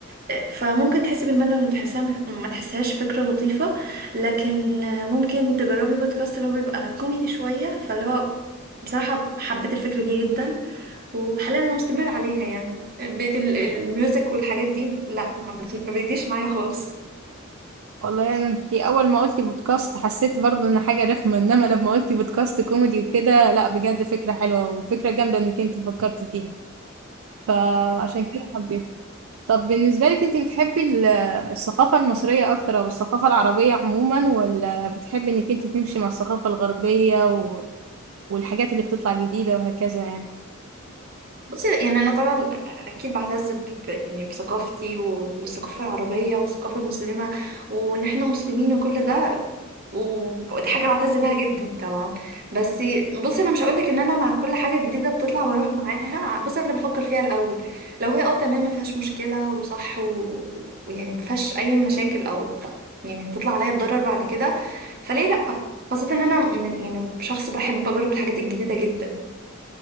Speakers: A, on the right (about 45°); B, on the right (about 85°).
A: آه، فممكن تحسي بالملل وتحسها ما تحسهاش فكرة لطيفة لكن آه، ممكن تجربي بودكاست اللي هو بيبقى كوميدي شوية فاللي هو بصراحة حبيت الفكرة دي جدا وحاليا انا مستمرة عليها يعني بقيت ال- الميوزك والحاجات دي لا ما بت- ما بيجيش معايا خالص
B: والله انا انت اول ما قلتي بودكاست حسيت برضو ان حاجه رخمه انما لما قلتي بودكاست كوميدي وكده لا بجد فكره حلوه وفكره جامده انك انت فكرتي فيها فعشان كده حبيت طب بالنسبه لك انت بتحبي ال- الثقافه المصريه اكتر او الثقافه العربيه عموما ولا بتحبي انك انت تمشي مع الثقافه الغربيه و... والحاجات اللي بتطلع جديده وهكذا يعني
A: بصي يعني انا طبعا اكيد بعتز ب... ب- يعني بثقافتي و- والثقافه العربيه والثقافه المسلمه وان احنا مسلمين وكل ده ودي حاجه بعتز بيها جدا طبعا بس بصي انا مش هقولك ان انا مع كل حاجه جديده بتطلع بروح معاها بصي انا بفكر فيها الاول لو هي اه تمام ما فيهاش مشكله وصح و- ويعني ما فيهاش اي مشاكل او ط- يعني هتطلع عليا بضرر بعد كده فليه لا خاصه ان انا من يعني شخص بحب اجرب الحاجات الجديده جدا